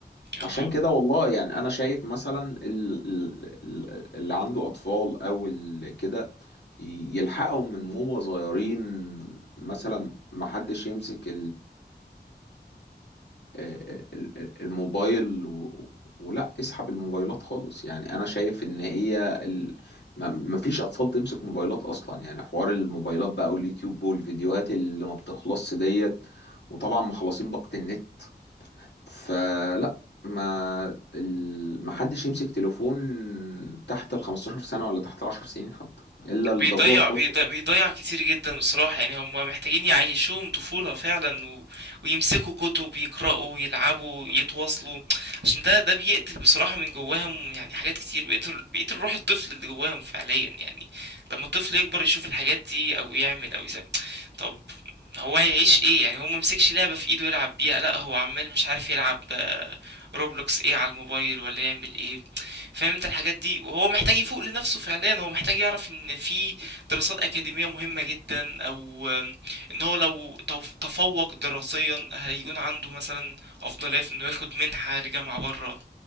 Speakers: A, on the left; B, on the right.
A: فعشان
B: اها
A: كده والله يعني أنا شايف مثلا ال- ال- ال- اللي عنده أطفال أو ال- كده ي- يلحقهم من هما صغيرين مثلا محدش يمسك آه، آه، ال- ال- الموبايل و... ولا اسحب الموبايلات خالص يعني انا شايف ان هي ال... ما ما فيش اطفال تمسك موبايلات اصلا يعني حوار الموبايلات بقى واليوتيوب والفيديوهات اللي ما بتخلصش ديت وطبعا مخلصين باقة النت فلا ما ال... ما حدش يمسك تليفون تحت ال 15 سنة ولا تحت ال 10 سنين حتى الا للضرورة
B: بيضيع
A: القصوى
B: بيضيع, بيضيع كتير جدا بصراحة يعني هم محتاجين يعيشوهم طفولة فعلا و... ويمسكوا كتب يقرأوا يلعبوا يتواصلوا عشان ده ده بيقتل بصراحة من جواهم يعني حاجات كتير بيقتل بيقتل روح الطفل اللي جواهم فعليا يعني لما الطفل يكبر يشوف الحاجات دي أو يعمل أو يسوي طب هو هيعيش ايه يعني هو ممسكش لعبة في ايده يلعب بيها لا هو عمال مش عارف يلعب آه، روبلوكس ايه على الموبايل ولا يعمل ايه فاهم انت الحاجات دي وهو محتاج يفوق لنفسه فعليا هو محتاج يعرف ان في دراسات اكاديمية مهمة جدا او آم، ان هو لو تف- تفوق دراسيا هيكون عنده مثلا افضلية في انه ياخد منحة لجامعة برا